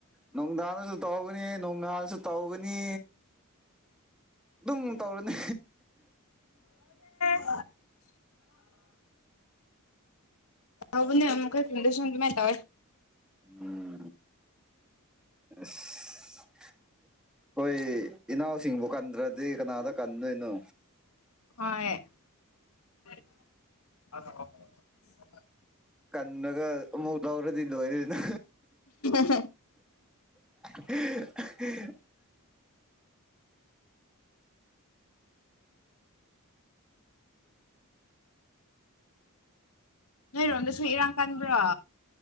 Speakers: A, in the centre; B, on the left.
A: ꯅꯨꯡꯗꯥꯡꯗꯁꯨ ꯇꯧꯒꯅꯤ ꯅꯣꯡꯉꯥꯜꯁꯨ ꯇꯧꯒꯅꯤ ꯑꯗꯨꯝ ꯇꯧꯔꯨꯅꯦ
B: <unintelligible> ꯍꯥꯎꯕꯨ ꯊꯗ ꯁ ꯃꯥꯏ ꯇ
A: ꯎꯝ ꯑꯩꯈꯣꯏ ꯏꯅꯥꯎꯁꯤꯡꯕꯨ ꯀꯟꯗ꯭ꯔꯗꯤ ꯀꯅꯥꯗ ꯀꯟꯗꯣꯏꯅꯣ
B: ꯑ
A: ꯀꯟꯅꯒ ꯃꯨꯗꯧꯔꯗꯤ ꯏꯗ ꯑꯣꯏꯅ
B: ꯐꯦ
A: ꯎ
B: ꯅꯣꯏꯔꯣꯝꯗꯁꯨ ꯏꯔꯥꯡ ꯀꯟꯕ꯭ꯔꯣ